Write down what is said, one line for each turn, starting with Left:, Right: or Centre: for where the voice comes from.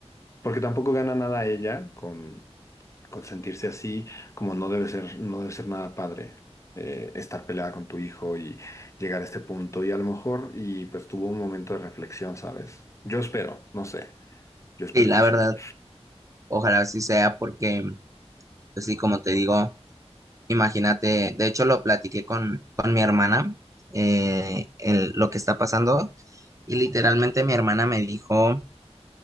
Left: Porque tampoco gana nada ella con, con sentirse así, como no debe ser, no debe ser nada padre eh, estar peleada con tu hijo y llegar a este punto. Y a lo mejor, y pues tuvo un momento de reflexión, ¿sabes? Yo espero, no sé, yo espero
Right: Sí, la
Left: que sí.
Right: verdad, ojalá así sea porque, pues sí, como te digo, imagínate, de hecho lo platiqué con, con mi hermana, eh, el- lo que está pasando y literalmente mi hermana me dijo,